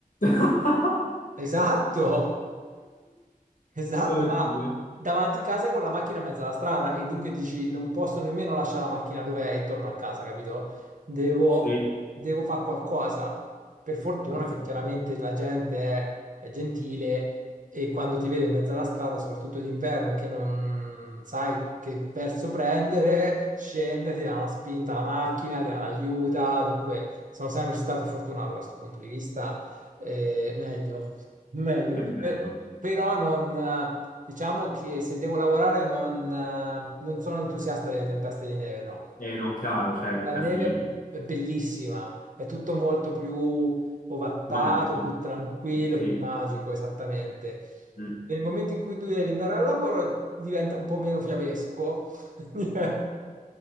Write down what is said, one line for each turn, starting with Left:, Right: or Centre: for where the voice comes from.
Left: <laughs>
Right: Esatto! Esatto,
Left: Oddio.
Right: ma davanti a casa con la macchina in mezzo alla strada e dunque dici non posso nemmeno lasciare la macchina dove è e torno a casa, capito? Devo,
Left: Sì,
Right: devo fare qualcosa. Per fortuna
Left: Ah,
Right: che chiaramente la gente è, è gentile e quando ti vede in mezzo alla strada, soprattutto d'inverno, e che non sai che verso prendere, scende, ti dà una spinta alla macchina, ti aiuta. Dunque sono sempre stato fortunato da questo punto di vista, eh, meglio meglio.
Left: che bello.
Right: Per- però non, eh, diciamo che se devo lavorare non, eh, non sono entusiasta delle tempeste di neve, no.
Left: Eh no, chiaro, c'è un
Right: La
Left: casino.
Right: neve è bellissima, è tutto molto più ovattato,
Left: Magico.
Right: più tranquillo,
Left: Eh, sì.
Right: più magico, esattamente.
Left: Mm.
Right: Nel momento in cui tu devi andare al lavoro diventa un po' meno fiabesco, <laughs> Diventa-